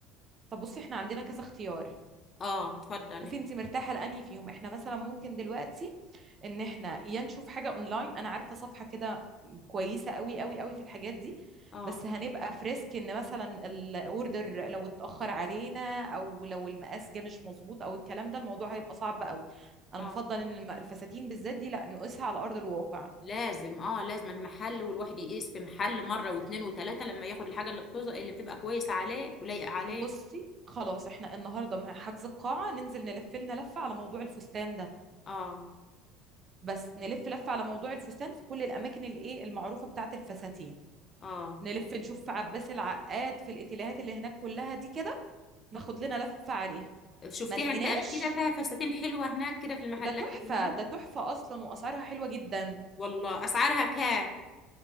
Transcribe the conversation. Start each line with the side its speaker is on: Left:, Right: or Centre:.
Right: طب بصي احنا عندنا كذا اختيار
Left: اه اتفضلي
Right: شوفي انت مرتاحه لانهي فيهم احنا مثلا ممكن دلوقتي ان احنا يا نشوف حاجه اونلاين انا عارفه صفحه كده كويسه قوي قوي قوي في الحاجات دي
Left: اه
Right: بس هنبقى في ريسك ان مثلا الاوردر لو اتاخر علينا او لو المقاس جه مش مظبوط او الكلام ده الموضوع هيبقى صعب قوي انا
Left: اه
Right: بفضل ان الم- الفساتين بالذات دي لا نقيسها على ارض الواقع
Left: لازم اه لازم المحل والواحد يقيس في محل مره واتنين وتلاته لما ياخد الحاجه اللي بتوزق اللي بتبقى كويسه عليه ولايقه عليه
Right: بصي خلاص احنا النهارده مع حجز القاعه ننزل نلف لنا لفه على موضوع الفستان ده
Left: اه
Right: بس نلف لفه على موضوع الفستان في كل الاماكن الايه المعروفه بتاعه الفساتين
Left: اه
Right: نلف نشوف في عباس العقاد في الاتيليهات اللي هناك كلها دي كده ناخد لنا لفة عليها
Left: شفتيها
Right: ما لقيناش
Left: انت قبل كده فيها فساتين حلوه هناك كده في المحلات
Right: ده تحفة
Left: اللي هناك
Right: ده تحفة أصلا وأسعارها حلوة جدا
Left: والله اسعارها كام